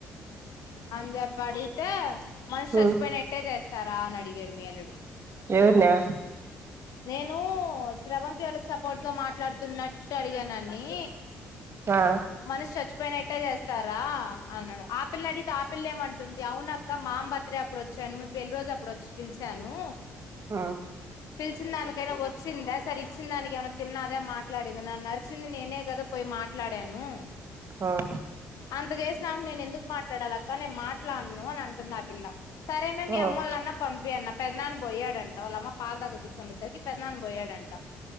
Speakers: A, on the left (about 60°); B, on the right (about 35°).
A: అని చెప్పి అడిగితే మనిషి చచ్చిపోయినట్టే
B: ఉమ్
A: చేస్తారా అని అడిగాడు మీ అల్లుడు
B: ఎవరు మా
A: నేను శ్రవంతి వాళ్ళకి సపోర్ట్గా మాట్లాడుతున్నట్టు అడిగానని
B: ఆ
A: మనిషి చచ్చిపోయినట్టే చేస్తారా అన్నాడు ఆ పిల్ల అడి ఆపిల్లేమంటుంది అవున అక్క మామ బర్త్డే అప్పుడు వచ్చాను మీ పెళ్లి రోజు అప్పుడోచ్చి పిలిచాను
B: ఉమ్
A: పిలిచిన దానికైనా వచ్చిందా సరి ఇచ్చిన దానికి ఏమైన్న తిన్నదా మాట్లాడిందా నన్ను అరిచింది నేనే కదా పోయి మాట్లా మాట్లాడాను
B: ఉమ్
A: అంత చేసిన నాకు నేను ఎందుకు మాట్లాడాల నేను మాట్లాడను అని అంటుంది ఆ పిల్ల సరే మే మీ
B: ఉమ్
A: అమ్మోళ్ళనన్న పంపియి అన్న పెదనాన్న పోయాడంట వాళ్ళమ్మ పాలు తాగి కూర్చుండేసరికి పెద్దనాన్న పోయాడు డంటా